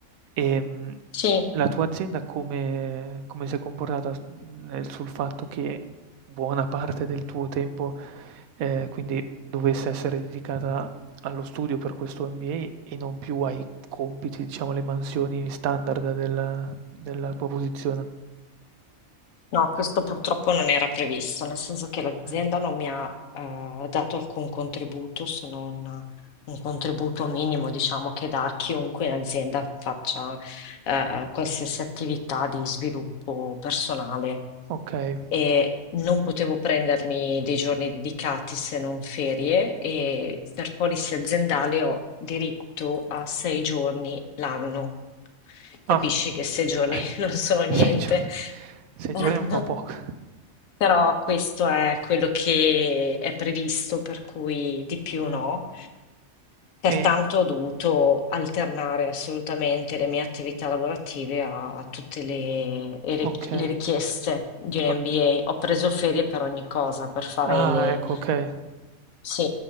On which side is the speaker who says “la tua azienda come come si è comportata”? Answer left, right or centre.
Right